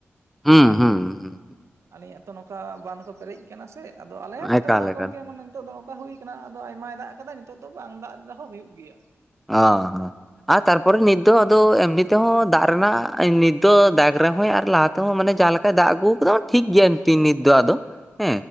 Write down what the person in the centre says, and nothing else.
ᱦᱩᱸ ᱦᱩᱸ ᱦᱩᱸ
ᱮᱠᱟᱞ
ᱮᱠᱟᱞ
ᱚ ᱦᱚᱸ ᱟᱨ ᱛᱟᱨᱯᱚᱨᱮ ᱱᱤᱛ ᱫᱚ ᱟᱫᱚ ᱮᱢᱱᱤ ᱛᱮᱦᱚ ᱫᱟᱜ ᱨᱮᱱᱟᱜ ᱱᱤᱛ ᱛᱚ ᱫᱟᱜ ᱨᱮ ᱦᱚᱸᱭ ᱟᱨ ᱞᱟᱦᱟ ᱛᱮᱦᱚ ᱢᱟᱱᱮ ᱡᱟᱦᱟ ᱞᱮᱠᱟᱭ ᱫᱟᱜ ᱟᱹᱜᱩ ᱠᱟᱫᱟ ᱴᱷᱤᱠ ᱜᱮᱭᱟ ᱛᱤ ᱱᱤᱛ ᱫᱚ ᱟᱫᱚ᱾ ᱦᱮ